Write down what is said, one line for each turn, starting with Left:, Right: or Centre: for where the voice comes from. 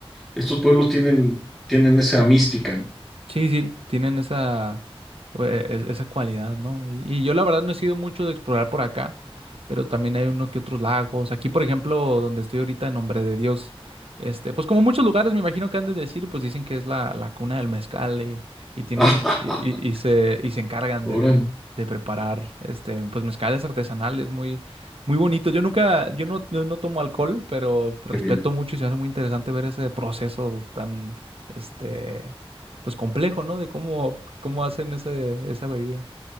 Centre: estos pueblos tienen, tienen esa mística, ¿no?
Right: Sí, sí, tienen esa, o, eh, esa cualidad, ¿no? Y, y yo la verdad no he sido mucho de explorar por acá, pero también hay uno que otros lagos. Aquí, por ejemplo, donde estoy ahorita, en Nombre de Dios, este, pues como muchos lugares me imagino que han de decir, pues dicen que es la, la cuna del mezcal y, y tienen,
Centre: <laughs>
Right: y, y- y se, y se encargan
Centre: Órale,
Right: de, de preparar, este, pues mezcales artesanales muy, muy bonitos. Yo nunca, yo no, yo no tomo alcohol, pero respeto
Centre: qué bien.
Right: mucho y se hace muy interesante ver ese proceso tan, este pues complejo, ¿no? De cómo, cómo hacen ese, esa bebida.